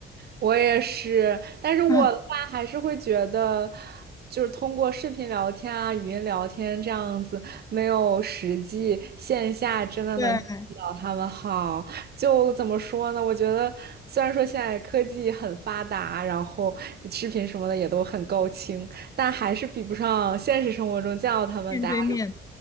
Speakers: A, on the right; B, on the left.
A: 我也是，但是我的话还是会觉得，
B: <laughs> 啊，
A: 就是通过视频聊天啊、语音聊天这样子，没有实际线下真的能见到他们好。
B: 对，
A: 就怎么说呢？我觉得虽然说现在科技很发达，然后视频什么的也都很高清，但还是比不上现实生活中见到他们大家。
B: 面对面。